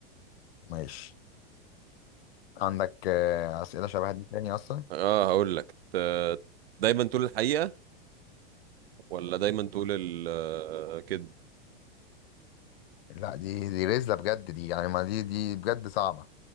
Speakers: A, on the left (about 80°); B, on the right (about 85°).
A: ماشي عندك آه، اسئله شبه دي تاني اصلا
B: اه هقول لك ت- دايما تقول الحقيقه ولا دايما تقول ال كده
A: لا دي دي رزله بجد دي يعني ما دي دي بجد صعبه